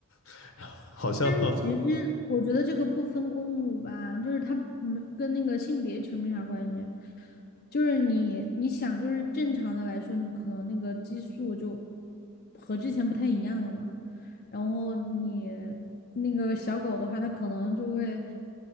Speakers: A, on the left (about 70°); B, on the left (about 45°).
A: <laughs> 好像
B: 但是其实我觉得这个不分公母吧，就是它没跟那个性别扯没啥关系。就是你你想，就是正常的来说，你可能那个激素就和之前不太一样了嘛。然后你那个小狗的话，它可能就会